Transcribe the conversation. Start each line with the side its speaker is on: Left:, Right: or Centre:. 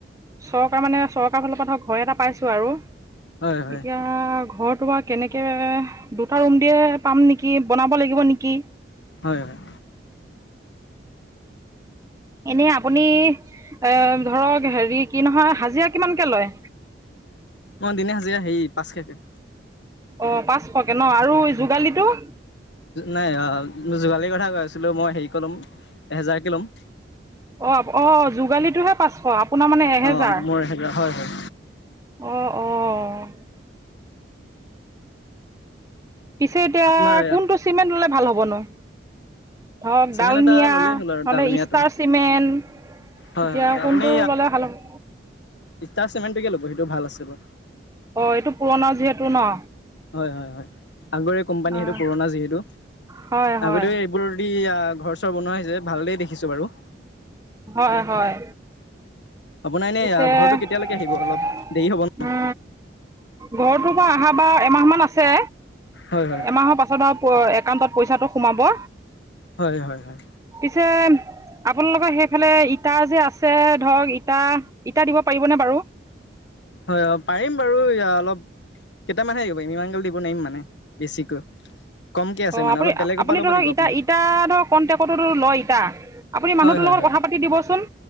Right: চৰকাৰ মানে চৰকাৰৰ ফালৰ পৰা ধৰক ঘৰ এটা পাইছো আৰু।
Left: হয় হয়
Right: এতিয়া ঘৰটো বা কেনেকে দুটা ৰুম দিয়ে পাম নেকি, বনাব লাগিব নেকি
Left: হয় হয়।
Right: এনেই আপুনি এ ধৰক, হেৰি কি নহয় হাজিৰা কিমানকে লয়?
Left: মই দিনে হাজিৰা হেৰি পাঁচশকে।
Right: অ', পাঁচশকে ন, আৰু যোগালীটো?
Left: নাই, অ', মই যোগালিৰ কথা কৈ আছিলো, মই হেৰিকে ল'ম, এহেজাৰকে ল'ম।
Right: অ' আপ-অ' যোগালীটোহে পাঁচশ, আপ পোনাৰ মানে এহেজাৰ,
Left: অঁ মোৰ এহেজাৰ হয় হয়
Right: অ' অ'। পিছে এতিয়া
Left: আপোনাৰ
Right: কোনটো চিমেণ্ট ল'লে ভাল হ'ব নো? ধৰক
Left: চিমেণ্ট
Right: ডালমিয়া,
Left: এটা ল'লেই হ'ল আৰু
Right: নহ'লে
Left: ডালমিয়াটো
Right: ইষ্টাৰ চিমেণ্ট
Left: হয়
Right: এতিয়া
Left: হয়,
Right: কোনটো
Left: আপুনি
Right: ল'লে ভাল হ'ব
Left: ইষ্টাৰ চিমেণ্টটোকে ল'ব, সেইটো ভাল আছিলে।
Right: অ', এইটো পুৰণাও যিহেতু ন?
Left: হয় হয় হয় আগৰে কোম্পানী
Right: অঁ
Left: সেইটো পুৰণা যিহেতু
Right: হয় হয়
Left: আগতে এইবোৰ দি অ। ঘৰ চৰ বনোৱা হৈছে ভালেই দেখিছো বাৰু।
Right: হয় হয়।
Left: আপোনাৰ এনেই
Right: পিছে
Left: ঘৰটো
Right: উম
Left: কেতিয়ালৈকে আহিব অলপ দেৰি হ'ব ন
Right: ঘৰতো। অ আহাবাৰ এমাহমান আছে
Left: হয় হয়
Right: এমাহৰ পাছত আৰু প। একাউণ্টত পইচাটো সোমাব।
Left: হয় হয় হয়।
Right: পিছে আপোনালোকৰ সেইফালে ইটা যে আছে ধৰক ইটা। ইটা দিব পাৰিবনে বাৰু
Left: হয় অ পাৰিম বাৰু অলপ। কেইটামানহে দিব পাৰিম ইমানগাল দিব নোৱাৰিম মানে বেছিকৈ। কমকে আছে
Right: অ
Left: মানে
Right: আপুনি
Left: অলপ বেলেগৰ
Right: আপুনি
Left: পৰা ল'ব
Right: ধৰক
Left: লাগিব
Right: ইটা
Left: আপুনি
Right: ইটা ধৰক কণ্টেক্টটো লয় ইটা। আপুনি মানুহটোৰ
Left: হয় হয়
Right: লগত
Left: হয়
Right: কথা পাতি দিবচোন